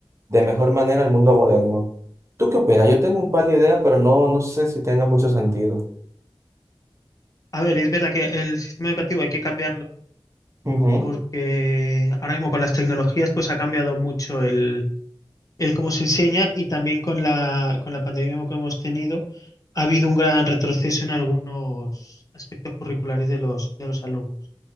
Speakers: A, on the right; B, on the left.
A: de mejor manera al mundo moderno. ¿Tú qué opinas? Yo tengo un par de ideas, pero no, no sé si tenga mucho sentido.
B: A ver, es verdad que el sistema educativo hay que cambiarlo
A: Ujú.
B: porque ahora mismo con las tecnologías pues ha cambiado mucho el, el cómo se enseña y también con la, con la pandemia que hemos tenido ha habido un gran retroceso en algunos aspectos curriculares de los, de los alumnos.